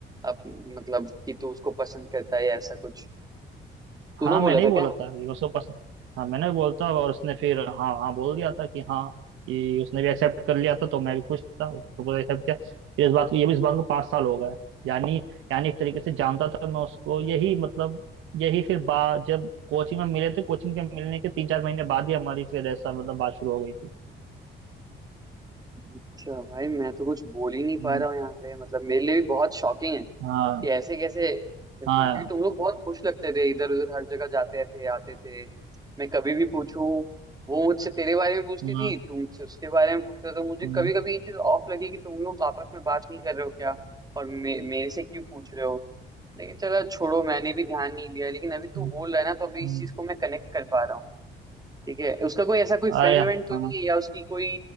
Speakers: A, on the right; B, on the right.
A: आप मतलब कि तू उसको पसंद करता है या ऐसा कुछ तूने
B: हाँ मैंने
A: बोला था
B: ही बोला
A: क्या
B: था कि उसको पसंद हाँ मैंने बोलता और उसने फिर हाँ हाँ बोल दिया था कि हाँ कि उसने भी एक्सेप्ट कर लिया था तो मैं भी खुश था उसने प्रपोजल एक्सेप्ट किया फिर इस बात को ये भी इस बात को पाँच साल हो गए यानी यानी एक तरीके से जानता था मैं उसको यही मतलब यही फिर बा जब कोचिंग में मिले थे कोचिंग के मिलने के तीन चार महीने बाद ही हमारी फिर ऐसा मतलब बात शुरू हो गई थी
A: अच्छा भाई मैं तो कुछ बोल ही नहीं
B: हम्म,
A: पा रहा हूँ यहाँ पे मतलब मेरे लिए भी बहुत शॉकिंग है कि
B: हाँ
A: ऐसे कैसे क्योंकि
B: हाँ
A: तुम लोग बहुत खुश लगते थे इधर उधर हर जगह जाते थे आते थे मैं कभी भी पूछूं वो मुझसे तेरे बारे में पूछती
B: हाँ
A: थी तू मुझसे उसके बारे में पूछता था तो मुझे
B: हम्म,
A: कभी कभी ये चीज ऑफ लगी कि तुम लोग आपस में बात नहीं कर रहे हो क्या और मे, मेरे से क्यों पूछ रहे हो लेकिन चलो छोड़ो मैंने भी ध्यान नहीं दिया लेकिन अभी तू
B: हम्म,
A: बोल रहा है ना तो अभी
B: हम्म,
A: इस चीज को मैं कनेक्ट कर पा रहा हूँ ठीक है उसका कोई ऐसा कोई फ्रेंड
B: अरे हाँ
A: वेंड तो नहीं है या उसकी कोई